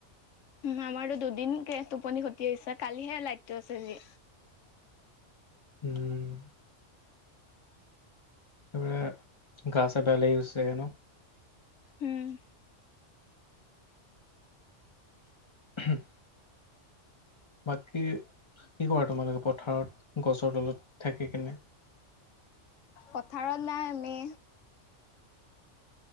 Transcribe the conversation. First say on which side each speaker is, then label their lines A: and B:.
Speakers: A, on the left; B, on the left.
A: উ আমাৰতো দুদিনকে টোপনি খতি হৈছে কালিহে লাইটটো আছে যি।
B: উম্ একেবোৰ, গা-চা বেয়া লাগি গচেগে ন?
A: উম্। <unintelligible>
B: <unintelligible> বাকী, কি কৰা তোমালোকে পথাৰত গছৰ তলত থাকি কিনে?
A: পথাৰত নাই আমি।